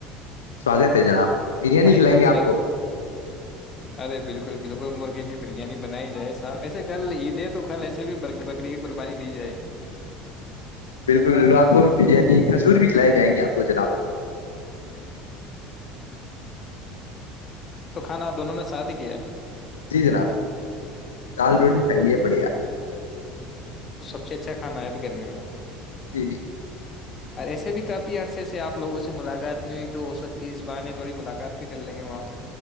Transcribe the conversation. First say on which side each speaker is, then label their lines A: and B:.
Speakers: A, on the left; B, on the left.
A: سواگت ہے جناب بریانی
B: تہ
A: کھلائیں
B: دل
A: گے آپ
B: سے
A: کو
B: ارے بالکل بالکل مرغے کی بریانی بنائی جائے سا ایسا کل عید ہے تو کل ایسے بھی بکری کی قربانی دی جائے گی
A: بالکل بالکل آپ کو بریانی کھجور بھی کھلائی جائیں گے آپ کو جناب
B: تو کھانا دونوں نے ساد کیایا
A: جی جناب دال روٹی کھائیے بڑھیا
B: پ اچھا کھانا ہے ابھی گرمی میں
A: جیب
B: اور ایسے بھی کافی عرصے آپ لگوں سے ملاقات نہیں ہوئی تو ہو سک اس بے تھوڑی ملاقات بھی کر لیں گے وہاں پہ